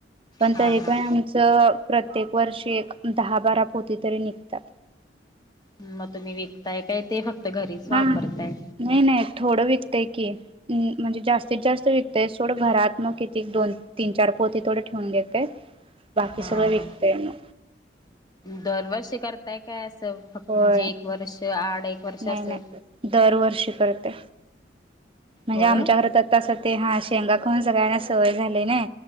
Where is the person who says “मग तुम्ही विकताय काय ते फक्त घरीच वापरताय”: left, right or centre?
Left